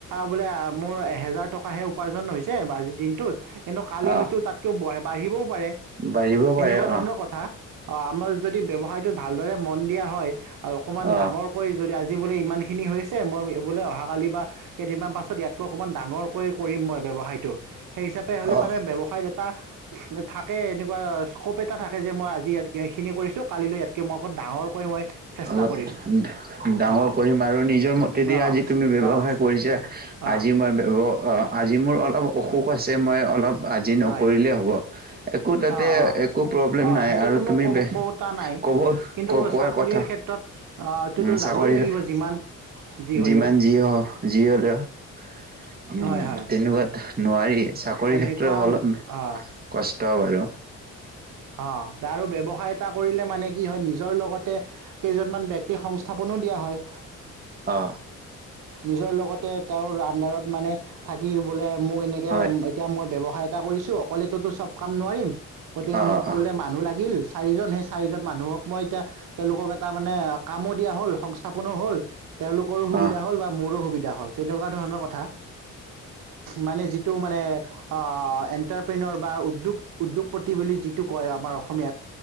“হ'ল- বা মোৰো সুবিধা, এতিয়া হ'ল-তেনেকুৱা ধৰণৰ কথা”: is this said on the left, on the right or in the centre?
Right